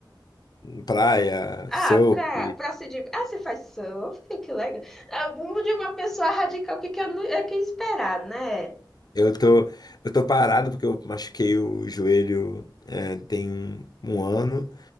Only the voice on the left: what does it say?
em praia,
surf.
Eu tô, eu tô parado porque eu machuquei o joelho é, tem um, um ano,